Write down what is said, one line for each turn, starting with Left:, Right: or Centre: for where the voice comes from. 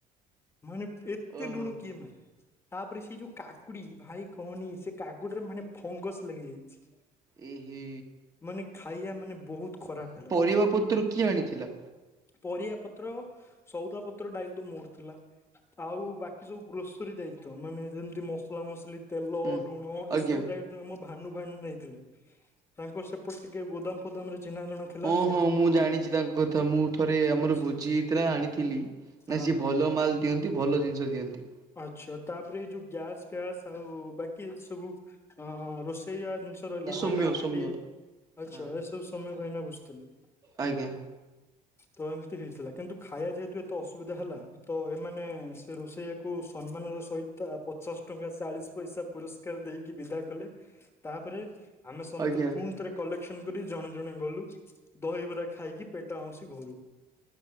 Left: ମାନେ ଏତେ
Right: ଓହୋ
Left: ଲୁଣ କିଏ ମାରେ। ତାପରେ ସେଇ ଯୋଉ କାକୁଡି ଭାଇ କହନି ସେ କାକୁଡିରେ ମାନେ ଫଙ୍ଗସ୍‌ ଲାଗି ଯାଇଛି।
Right: ଏହେ
Left: ମାନେ ଖାଇବା ମାନେ ବହୁତ ଖରାପ ହେଲା।
Right: <unintelligible> ପତ୍ର କିଏ ଆଣିଥିଲା।
Left: ପରିବା ପତ୍ର ସଉଦା ପତ୍ର ଦାୟିତ୍ଵ ମୋର ଥିଲା। ଆଉ ବାକି ସବୁ ଗ୍ରୋସୋରୀ ଦାୟିତ୍ଵ ମାନେ ଯେମତି ମସଲା ମସଲି। ତେଲ
Right: ହୁଁ
Left: ଲୁଣ
Right: ଆଜ୍ଞା।
Left: ଏସବୁ ଦାୟ ଆମ ଭାନୁ ଭାଣୀ ନେଇଥିଲେ ତାଙ୍କର ସେପଟେ ଟିକେ ଗୋଦାମ ଫୋଦାମ ରେ ଚିହ୍ନା ଜଣା ଥିଲା।
Right: ହଁ
Left: ସେ
Right: ହଁ
Left: ଯୁଗୁରୁ
Right: ମୁଁ ଜାଣିଛି ତାଙ୍କ କଥା ମୁଁ ଥରେ ଆମର
Left: ଆଚ୍ଛା
Right: ଭୋଜି ହେଇଥିଲା ଆଣିଥିଲି
Left: ହଁ
Right: ନା ସିଏ
Left: ହଁ।
Right: ଭଲ ଭଲ ମାଲ ଦିଅନ୍ତି ଭଲ ଜିନିଷ ଦିଅନ୍ତି।
Left: ଆଛା ତାପରେ ଏଇ ଯୋଉ ଗ୍ୟାସ ଫ୍ୟାସ ଆଉ ବାକି ଏସବୁ ଅ ରୋଷେୟା ଜିନିଷ୍ ରହିଲା
Right: ଏ ସୌମ୍ୟ
Left: ହାଣ୍ଡା ହାଣ୍ଡି
Right: ସୌମ୍ୟ ହଁ
Left: ଆଛା ଏସବୁ ସୋମ୍ୟ ଭାଇନା ବୁଝିଥିଲେ।
Right: ଆଜ୍ଞା।
Left: ତ ଏମିତି ହେଇଥିଲା କିନ୍ତୁ ଖାଇବା ଯେହେତୁ ଏତେ ଅସୁ ବିଧା ହେଲା ତ ଏମାନେ ସେ ରୋଷେଇଆ କୁ ସମ୍ମାନର ସହିତ ପଚାଶ ଟଙ୍କା ଚାଳିଶ ପଇସା ପୁରସ୍କାର ଦେଇକି ବିଦା କଲେ। ତାପରେ ଆମେ ସମସ୍ତେ
Right: ଆଜ୍ଞା
Left: ପୁଣି ଥରେ କଲେକ୍ସନ କରି ଜଣେ ଜଣେ ଗଲୁ, ଦହିବରା ଖାଇକି ପେଟ ଆଉଁସି ଘରୁ।